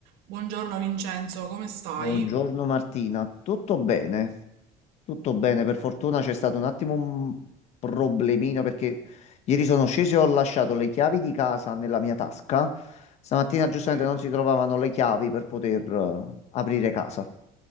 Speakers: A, on the right; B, on the left.
A: Buongiorno Vincenzo, come stai?
B: Buongiorno Martina, tutto bene? Tutto bene, per fortuna c'è stato un attimo un problemino perché ieri sono sceso e ho lasciato le chiavi di casa nella mia tasca. Stamattina
A: Ok.
B: giustamente non si trovavano le chiavi per poter eh, aprire casa.